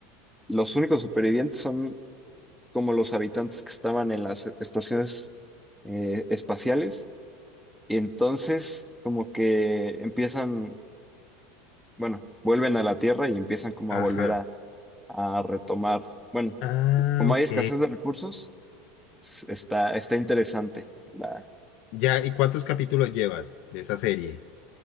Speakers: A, in the centre; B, on the left.
A: los únicos supervivientes son como los habitantes que estaban en las estaciones eh, espaciales, y entonces como que empiezan, bueno, vuelven a la Tierra y empiezan como
B: Ajá.
A: a volver a a retomar, bueno,
B: Ah,
A: Como
B: ok.
A: hay escasez de recursos, s- está, está interesante. la-
B: Ya, ¿y cuántos capítulos llevas de esa serie?